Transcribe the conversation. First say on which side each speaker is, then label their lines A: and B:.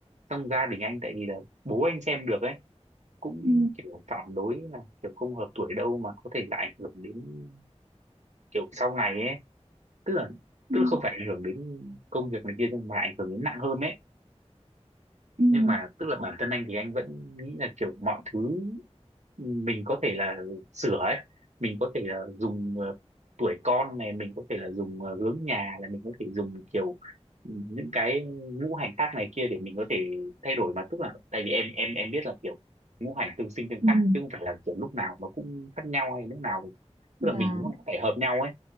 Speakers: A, on the right; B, on the right.
A: trong gia đình anh tại vì là bố anh xem được ấy cũng
B: ừ,
A: kiểu phản đối là kiểu không hợp tuổi đâu mà có thể là ảnh hưởng đến kiểu sau này ấy tức là
B: ừ,
A: tức là không phải ảnh hưởng đến công việc này kia nhưng mà ảnh hưởng đến nặng hơn ấy
B: ừ,
A: nhưng mà tức là bản thân anh thì anh vẫn nghĩ là kiểu mọi thứ mình có thể là sửa ấy mình có thể là dùng ờ, tuổi con này mình có thể là dùng ờ, hướng nhà là mình có thể dùng kiểu những cái ngũ hành khác này kia để mình có thể thay đổi mà tức là tại vì em em em biết là kiểu ngũ hành tương sinh tương
B: ừ.
A: khắc
B: ừ.
A: chứ không phải là kiểu lúc nào nó cũng khác nhau hay lúc nào
B: và
A: tức là mình cũng phải hợp nhau ấy